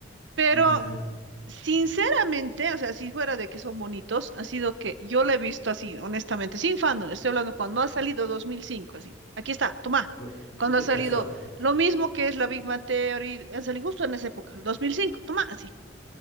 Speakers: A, on the right; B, on the left.
A: Pero
B: Ya.
A: sinceramente, o sea, si fuera de que son bonitos, ha sido que yo lo he visto así, honestamente, sin fandom, estoy hablando cuando ha salido 2005, así. Aquí está, toma.
B: O-
A: Cuando
B: viste
A: ha salido
B: Casual. era.
A: lo mismo que es la Big Bang Theory, han salido justo en esa época, el 2005. toma, así.